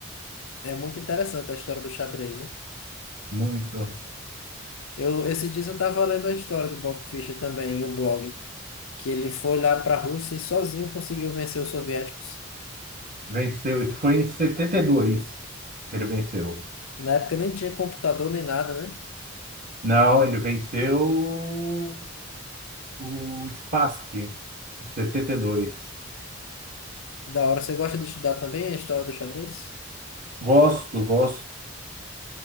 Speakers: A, on the left; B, on the right.
A: É muito interessante a história do xadrez, né?
B: muito.
A: Eu, esses dias eu estava lendo a história de Bob Fischer também em um blog, que ele foi lá para a Rússia e sozinho conseguiu vencer os soviéticos.
B: Venceu, isso foi em 72 que ele venceu.
A: Na época nem tinha computador nem nada, né?
B: Não, ele venceu o o Spassky, em 72.
A: Da hora. Você gosta de estudar também a história do xadrez?
B: Gosto, gosto.